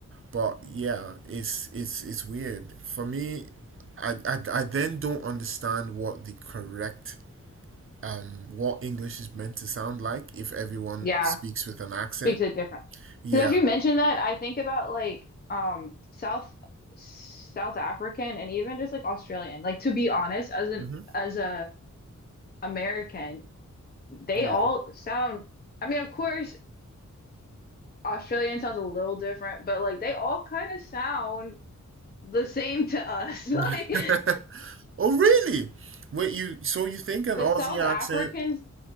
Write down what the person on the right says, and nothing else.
but yeah it's it's it's weird for me i i, I then don't understand what the correct um what english is meant to sound like if everyone
speaks with an accent
yeah
mm-hmm.
yeah
<laughs> Oh, really? Wait, you so you think an
Aussie
accent?